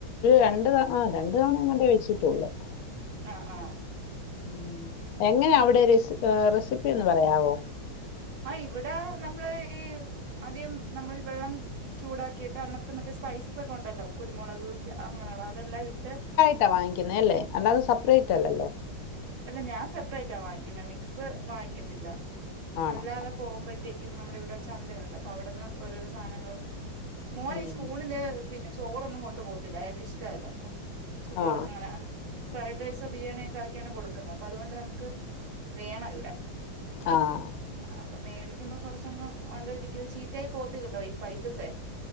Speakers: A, on the left; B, on the right.
A: രണ്ട് ത ആഹ് രണ്ട് തവണഎങ്ങാണ്ട് <unintelligible> വെച്ചിട്ടൊള്ള്.
B: ആഹ് ആഹ്
A: ഉം എങ്ങനവിടെ രെസ് ആഹ് റെസിപ്പീന്ന് പറയാവോ.
B: ആ ഇവട നമ്മള് ഈ ആദ്യം നമ്മൾ വെള്ളം ചൂടാക്കിയിട്ടന്നത്തെ മറ്റേ സ്പൈസാസക്കൊണ്ടല്ലോ കുരുമുളക് ജ അങ്ങനൊള്ള അതെല്ലാട്ട്
A: ഇട്ടാ വാങ്ങിക്കുന്നേല്ലേ അല്ലാതേ സപ്രേറ്റല്ലല്ലോ.
B: അല്ല, ഞാൻ സപ്രേറ്റാ വാങ്ങിക്കുന്നേ മിക്സ് വാങ്ങിക്കത്തില്ല
A: ആണോ
B: അല്ലാതെ പോകുമ്പോഴത്തേക്കും നമ്മുടിവിടെ ചന്തയുണ്ട്, അപ്പവിടുന്ന് ഓരോരോ സാധനങ്ങളും മോനീസ്കൂളില്
A: ഉം
B: പിന്നെ ചോറൊന്നും കൊണ്ടു പോവത്തില്ല അയാൾക്ക് ഇഷ്ടല്ല. ച് ബോറ്
A: ആഹ്
B: അങ്ങന ഫ്രൈഡ് റൈസ് ബിരിയാണിയക്കാക്കിയാണ് കൊടുക്ക് ക്ക് ന്ന് അപ്പ അതുകൊണ്ട് നമുക്ക് വേണ വിട
A: ആഹ്
B: അപ്പൊ മേടിക്കുമ്പോ കൊറച്ചങ്ങ് നല്ല രീതിക്ക് ചീത്തയായി പോവത്തില്ലല്ലോ ഈ സ്പൈസസേ.